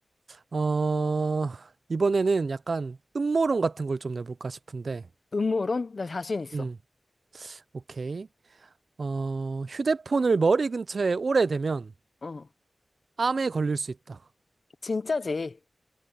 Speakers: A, on the right; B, on the left.
A: 어, 이번에는 약간 음모론 같은 걸 좀 내볼까 싶은데,
B: 음모론? 나 자신 있어.
A: 음, 오케이. 어, 휴대폰을 머리 근처에 오래 대면
B: 어.
A: 암에 걸릴 수 있다.
B: 진짜지.